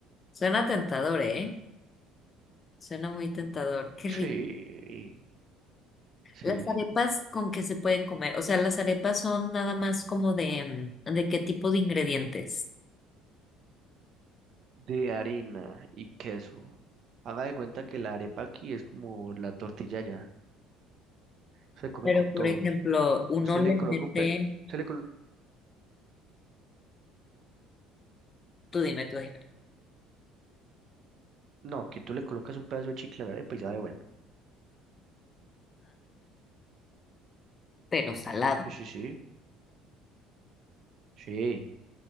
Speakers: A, on the left (about 35°); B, on the right (about 55°).
A: Suena tentador, ¿eh? Suena muy tentador. Qué rico.
B: Sí, sí,
A: ¿Las
B: sí.
A: arepas con qué se pueden comer? O sea, las arepas son nada más como de, mm, ¿de qué tipo de ingredientes?
B: De harina y queso. Haga de cuenta que la arepa aquí es como la tortilla allá. Se come
A: Pero,
B: con
A: por
B: todo.
A: ejemplo, uno
B: Usted
A: le
B: le coloca
A: mete,
B: un pe... Se le coloca...
A: tú dime, tú dime.
B: No, que tú le colocas un pedazo de chicle a la arepa y sabe bueno.
A: pero salado.
B: Sí, sí, sí. Sí.